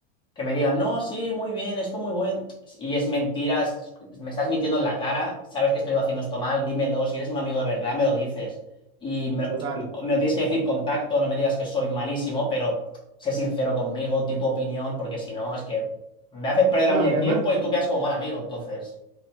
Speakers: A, on the left; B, on the right.
A: que me digan, no, sí, muy bien, esto muy bueno. Y es mentira, es- me estás mintiendo en la cara, sabes que estoy haciendo esto mal, dímelo, si eres un amigo de verdad, me lo dices. Y me,
B: total.
A: me lo tienes que decir con tacto, no me digas que soy malísimo, pero sé sincero conmigo, di tu opinión, porque si no, es que me haces perder
B: No,
A: a mí el
B: y además,
A: tiempo y tú quedas como mal amigo. Entonces,